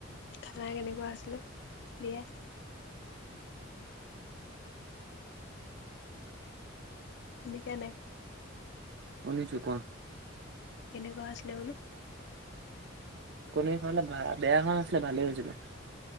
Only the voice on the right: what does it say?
শুনিছো। কোৱা?
পনীৰ খাবলে বেয়া হোৱা নাছিলে ভালেই হৈছিলে।